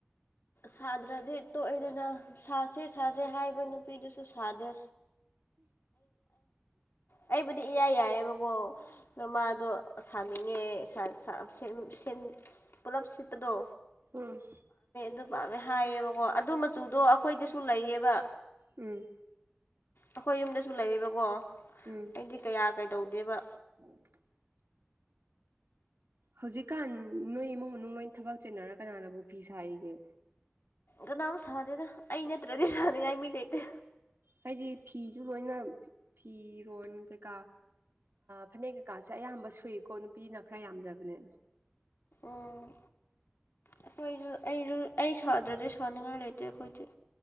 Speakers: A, on the left; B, on the right.
A: ꯁꯥꯗ꯭ꯔꯗꯤ ꯇꯣꯛꯋꯦꯗꯅ ꯁꯥꯁꯦ ꯁꯥꯁꯦ ꯍꯥꯏꯕ ꯅꯨꯄꯤꯗꯨꯁꯨ ꯁꯥꯗꯦ ꯑꯩꯕꯨꯗꯤ ꯏꯌꯥ ꯌꯥꯏꯑꯕꯀꯣ ꯑꯗꯥ ꯃꯥꯗꯣ ꯁꯥꯅꯤꯡꯉꯦ ꯁꯥ ꯁꯥ ꯁꯦꯝ ꯁꯦꯝ ꯄꯨꯂꯞ ꯁꯦꯠꯄꯗꯣ
B: ꯎꯝ
A: ꯑꯗꯨ ꯄꯥꯝꯃꯦ ꯍꯥꯏꯌꯦꯕꯀꯣ ꯑꯗꯨ ꯃꯆꯨꯗꯣ ꯑꯩꯈꯣꯏꯗꯁꯨ ꯂꯩꯌꯦꯕ
B: ꯎꯝ
A: ꯑꯩꯈꯣꯏ ꯌꯨꯝꯗꯁꯨ ꯂꯩꯌꯦꯕꯀꯣ
B: ꯎꯝ
A: ꯑꯩꯗꯤ ꯀꯌꯥ ꯀꯩꯗꯧꯗꯦꯕ
B: <unintelligible> ꯍꯧꯖꯤꯛꯀꯥꯟ ꯅꯣꯏ ꯏꯃꯨꯡ ꯃꯅꯨꯡ ꯅꯣꯏ ꯊꯕꯛ ꯆꯦꯟꯅꯔ ꯀꯅꯥꯅꯕꯨ ꯐꯤ ꯁꯥꯔꯤꯒꯦ
A: ꯀꯅꯥꯝ ꯁꯥꯗꯦꯗ ꯑꯩ ꯅꯠꯇ꯭ꯔꯗꯤ ꯁꯥꯅꯤꯡꯉꯥꯏ ꯃꯤ ꯂꯩꯇꯦ
B: ꯍꯥꯏꯗꯤ ꯐꯤꯁꯨ ꯂꯣꯏꯅ ꯐꯤꯔꯣꯟ ꯀꯩꯀꯥ ꯐꯅꯦꯛ ꯀꯩꯀꯥꯁꯦ ꯑꯌꯥꯝꯕ ꯁꯨꯏꯀꯣ ꯅꯨꯄꯤꯅ ꯈꯔ ꯌꯥꯝꯖꯕꯅꯦ
A: ꯎꯝ ꯑꯩꯈꯣꯏꯁꯨ ꯑꯩꯁꯨ ꯑꯩ ꯁꯥꯗ꯭ꯔꯗꯤ ꯁꯥꯅꯤꯡꯉꯥꯏ ꯂꯩꯇꯦ ꯑꯩꯈꯣꯏꯗꯤ